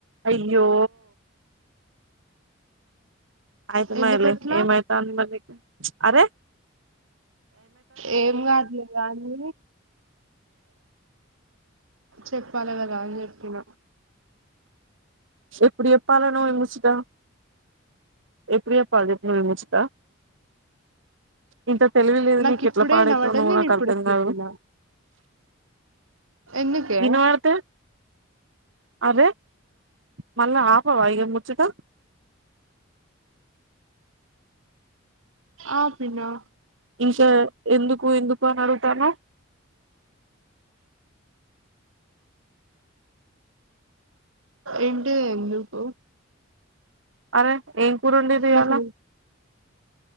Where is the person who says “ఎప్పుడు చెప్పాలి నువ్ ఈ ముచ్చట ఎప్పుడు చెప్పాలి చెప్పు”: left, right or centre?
Right